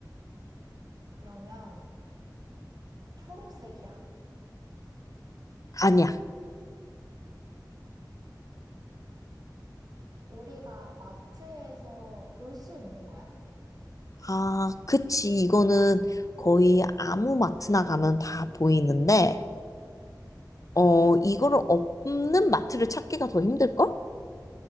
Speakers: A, on the right; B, on the left.
A: 그러면 초록색이야?
B: 아니야.
A: 우리가 마트에서 볼 수 있는 거야?
B: 아, 그치. 이거는 거의 아무 마트나 가면 다 보이는데, 어, 이거를 없는 마트를 찾기가 더 힘들걸?